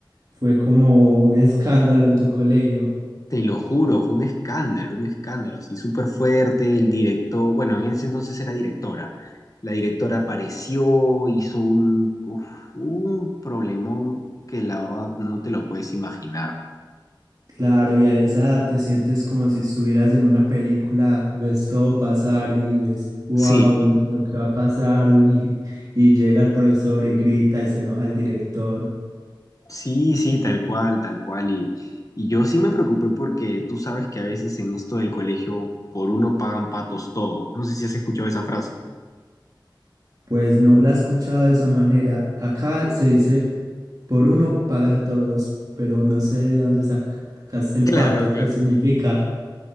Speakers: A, on the right; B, on the left.
A: fue como un escándalo en tu colegio.
B: Te lo juro, fue un escándalo, un escándalo así súper fuerte. El director, bueno, en ese entonces era directora. La directora apareció, hizo un, uf, un problemón que la verdad no te lo puedes imaginar.
A: Claro, y a esa edad te sientes como si estuvieras en una película, ves todo pasar y ves, wow,
B: Sí.
A: lo que va a pasar y, y llega el profesor y grita y se enoja el director.
B: Sí, sí, tal cual, tal cual. Y, y yo sí me preocupé porque tú sabes que a veces en esto del colegio por uno pagan patos todos. No sé si has escuchado esa frase.
A: Pues no la he escuchado de esa manera. Acá se dice, por uno pagan todos, pero no sé de dónde sacaste el
B: Claro,
A: pato,
B: claro.
A: ¿qué significa?